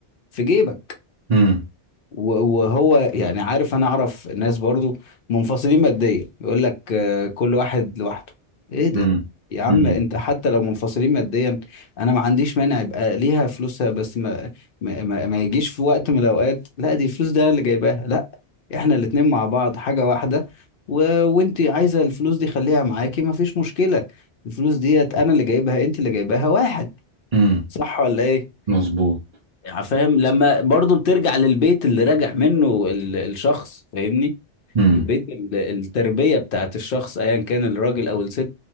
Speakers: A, on the left; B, on the right.
A: في جيبك
B: امم
A: و- وهو يعني عارف انا اعرف ناس برضو منفصلين ماديا يقول لك آه، كل واحد لوحده ايه ده
B: امم
A: يا عم
B: امم
A: انت حتى لو منفصلين ماديا انا ما عنديش مانع يبقى ليها فلوسها بس ما ما, ما, ما يجيش في وقت من الاوقات لا دي الفلوس ده أنا اللي جايباها لا احنا الاتنين مع بعض حاجة واحدة و... وانت عايزة الفلوس دي خليها معاكي ما فيش مشكلة الفلوس ديت انا اللي جايبها انت اللي جايباها واحد
B: امم
A: صح ولا ايه
B: مظبوط
A: يعني فاهم لما برضو بترجع للبيت اللي راجع منه ال- الشخص فاهمني
B: امم
A: البيت ال- التربية بتاعت الشخص ايا كان الراجل او الست